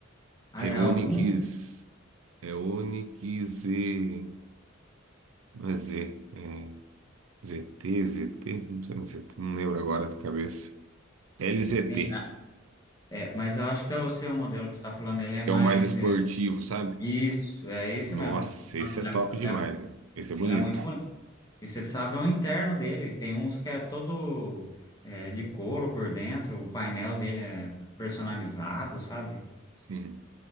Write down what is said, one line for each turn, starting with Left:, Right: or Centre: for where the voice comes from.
Left: Ah,
Right: É
Left: é
Right: Onix.
Left: algum.
Right: É Onix Z. Não é Z. É ZT, ZT. Não sei, não sei, não lembro agora de cabeça. LZT.
Left: Sim, a- é, mas eu acho que é o seu modelo que você está falando, ele é mais.
Right: que é o mais esportivo,
Left: é,
Right: sabe?
Left: isso, é esse
Right: Nossa,
Left: mesmo. Nossa,
Right: esse
Left: ele
Right: é top
Left: é,
Right: demais,
Left: ele é,
Right: né? Esse é bonito.
Left: ele é muito bonito. E você precisava ver o interno dele. Tem uns que é todo é, de couro por dentro, o painel dele é personalizado, sabe?
Right: Sim.